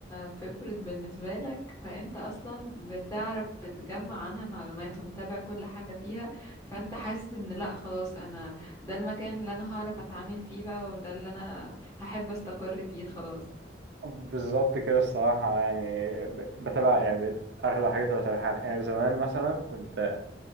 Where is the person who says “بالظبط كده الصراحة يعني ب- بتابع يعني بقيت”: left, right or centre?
Right